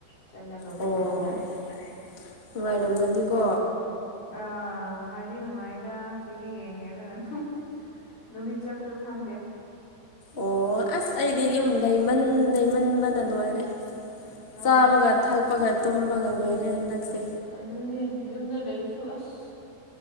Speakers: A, on the left; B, on the left.
A: ꯆꯠꯂꯒ ꯑꯃꯨꯛꯀ
B: ꯑꯣ
A: ꯍꯜꯂꯛꯑꯦ
B: ꯅꯨꯡꯉꯥꯏꯔꯝꯒꯅꯤꯀꯣ
A: ꯑꯥ ꯅꯨꯡꯉꯥꯏꯗꯤ ꯅꯨꯡꯉꯥꯏꯗ ꯇꯤꯚꯤ ꯌꯦꯡꯉꯦ ꯑꯗꯨꯒ ꯑꯗꯨꯝ ꯅꯨꯃꯤꯠ ꯆꯠ ꯗꯨ ꯈꯪꯗꯦ
B: ꯑꯣ ꯑꯁ ꯑꯩꯗꯤ ꯌꯨꯝ ꯂꯩꯃꯟ ꯂꯩꯃꯟꯕꯅ ꯂꯣꯏꯔꯦ
A: ꯑꯣ
B: ꯆꯥꯕꯒ ꯊꯛꯄꯒ ꯇꯨꯝꯕꯒ ꯂꯣꯏꯔꯦ ꯍꯟꯗꯛꯁꯦ
A: ꯑꯗꯨꯅꯦ ꯌꯨꯝꯗ ꯂꯩꯕꯁꯨ ꯑꯁ